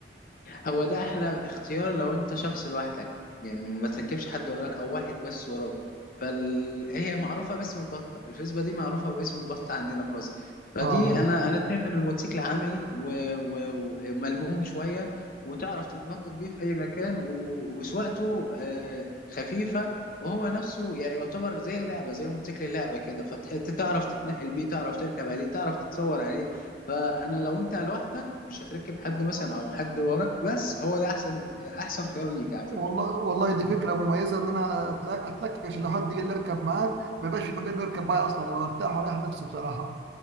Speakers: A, on the left; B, on the right.
A: هو ده احلى اختيار لو انت شخص لوحدك يعني ما تركبش حد وراك او واحد بس وراك فهي معروفه باسم البطه الفيسبا دي معروفه باسم البطه عندنا في مصر فدي
B: اه
A: انا انا شايف ان الموتوسيكل عملي و- و- وملموم شويه وتعرف تتنطط بيه في اي مكان و- وسواقته آه، خفيفه وهو نفسه يعني يعتبر زي اللعبه زي الموتوسيكل اللعبه كده فتعرف تتنقل بيه تعرف تركب عليه تعرف تتصور عليه فانا لو انت لوحدك مش هتركب حد
B: آه.
A: مثلا او حد وراك بس هو ده احسن احسن خيار ليك على فكرة.
B: والله والله دي فكرة مميزة إن أنا أتل- أتلكك عشان لو حد جه لي يركب معاك ما يبقاش في مكان يركب معايا أصلا أو أرتاح وأريح نفسي بصراحة.